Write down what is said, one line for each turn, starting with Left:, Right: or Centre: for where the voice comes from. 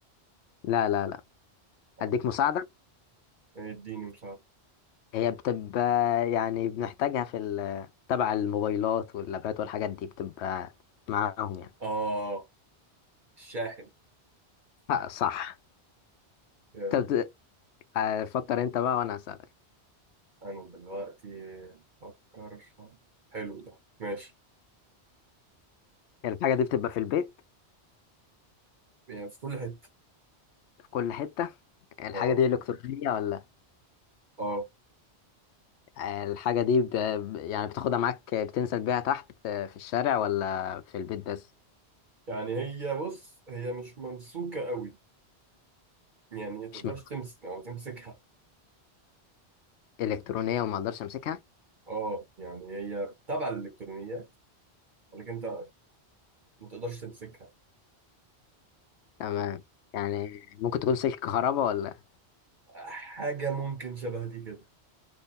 Left: لا لا لا
Right: لا
Left: أديك مساعدة
Right: اديني مساعدة
Left: هي بتبقى يعني بنحتاجها في ال- تبع الموبايلات واللابات والحاجات دي بتبقى معاهم يعني
Right: اه الشاحن
Left: آه، صح
Right: جامد.
Left: طب آه، فكر انت بقى وانا هسألك
Right: أنا دلوقتي أفكر حلو ده ماشي
Left: الحاجة دي بتبقى في البيت
Right: يعني في كل حتة
Left: في كل حتة الحاجة
Right: اه
Left: دي إلكترونية ولا
Right: اه
Left: آه، الحاجة دي ب... يعني بتاخدها معاك آه، بتنزل بيها تحت آه، في الشارع ولا في البيت بس
Right: يعني هي بص هي مش ممسوكة قوي يعني هي تقدرش
Left: مش م-
Right: تمسك أو تمسكها
Left: إلكترونية وما أقدرش أمسكها
Right: اه يعني هي تبع الإلكترونيات ولكن أنت ما تقدرش تمسكها
Left: تمام يعني ممكن تكون سلك كهرباء ولا
Right: حاجة ممكن شبه دي كده